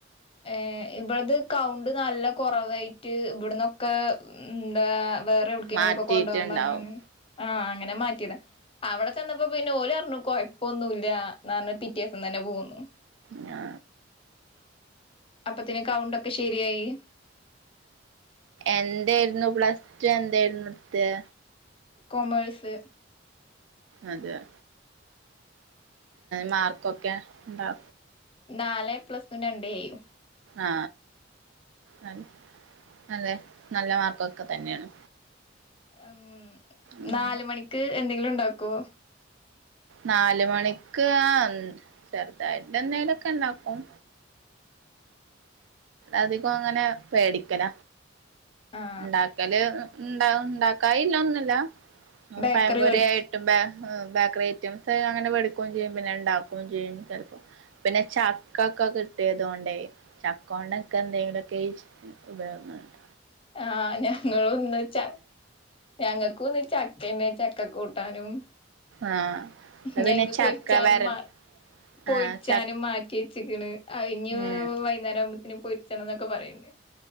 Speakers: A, on the left; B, on the right.
A: ഏ ഇവിളത് കൗണ്ട് നല്ല കുറവായിട്ട് ഇവിടന്നൊക്കെ എന്താ വേറെ എവിടക്കെങ്കിലും
B: മാറ്റിയിട്ടുണ്ടാവും
A: ഒക്ക കൊണ്ടാവാൻ പറഞ് അങ്ങനെ- ആ അങ്ങനെ മാറ്റിയതാ. അവിടെ ചെന്നപ്പോ പിന്നെ ഓര് പറഞ്ഞു കുഴപ്പം ഒന്നുംല്ല എന്ന പറഞ്ഞു പിറ്റേ ദിവസം തന്നെ പോകന്നു.
B: ഞാ
A: അപ്പത്തിന് കൗണ്ടൊക്കെ ശരിയായി
B: എന്തേയിരുന്നു പി ഇജ്ജ് എന്തേയിരുന്നു നിർത്തിയേ?
A: കോമേഴ്സ്.
B: അതേയേ മാർക്കൊക്കെ ഉണ്ടാ?
A: നാല് എ പ്ലസും രണ്ട് എയും.
B: ആ അ -അല്ലെ നല്ല മാർക്കൊക്കെ തന്നെയാണ്.
A: ഉം
B: ഉം
A: നാലുമണിക്ക് എന്തെങ്കിലും ഉ ഉണ്ടാക്കോ?
B: നാലുമണിക്ക് ആ ചെറുതായിട്ട് എന്തെങ്കിലും ഒക്കെ ഉണ്ടാക്കും. അധികം അങ്ങനെ മേടിക്കല.
A: ആഹ്
B: ഉണ്ടാക്കല് ഉണ്ടാവു ഉണ്ടാക്കായി ഇന്നിഒന്നു ഇല്ല.
A: ബേക്കറി
B: പഴംപൊരി
A: വേടിച്ച്
B: ആയിട്ടുമ്പ ആ ബേക്കറി ഐറ്റംസ് അങ്ങനെ വേടിക്കുകയും ചെയ്യും പിന്നെ ഉണ്ടാക്കുകയും ചെയ്യുംചിലപ്പോ. പിന്നെ ചക്ക ഒക്കെ കിട്ടിയതുകൊണ്ടേ ചക്ക കൊണ്ടക്കെ എന്തെങ്കിലുമൊക്കെ ഉപയോഗോങ്ങളുണ്ടാവും.
A: ആ ഞങ്ങ ഒന്നിച്ചാ ഞങ്ങക്കുന്ന് ച പിന്നെ ചക്ക കൂട്ടാനും
B: ആഹ്
A: ഞാൻ
B: പിന്നെ
A: ഇന്ന്
B: ചക്ക
A: പൊരിച്ചാനും
B: വര
A: മാ പൊരിച്ചാനും
B: ആഹ് ച
A: മാറ്റി വെച്ചെക്കണ് അതിന്
B: ആഹ്
A: വൈകുന്നേരം ആവു ഇനി പെരിച്ചണംഎന്നൊക്കെ പറയുന്നേ.